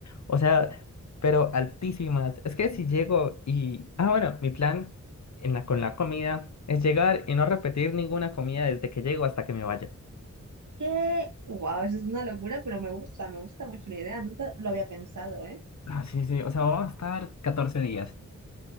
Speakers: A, on the left (about 65°); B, on the right (about 75°).
A: o sea, pero altísimas. Es que si llego y... Ah, bueno, mi plan en la, con la comida es llegar y no repetir ninguna comida desde que llego hasta que me vaya.
B: Que, wow, eso es una locura, pero me gusta, me gusta mucho la idea. Nunca lo había pensado, ¿eh?
A: Ah, sí, sí, o sea, vamos a estar 14 días.